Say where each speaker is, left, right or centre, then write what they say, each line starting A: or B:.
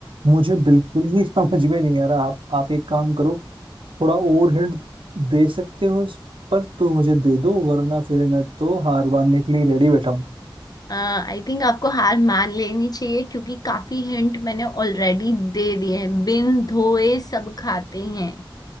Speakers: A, on the right; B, on the left.
A: मुझे बिल्कुल ही <laughs> समझ में नहीं आ रहा आप आप एक काम करो थोड़ा और हिंट दे सकते हो इस पर तो मुझे दे दो वरना फिर मैं तो हार मानने के लिए रेडी बैठा हूँ
B: आई थिंक आपको हार मान लेनी चाहिए क्योंकि काफी हिंट मैंने ऑलरेडी दे दिए हैं बिन धोए सब खाते हैं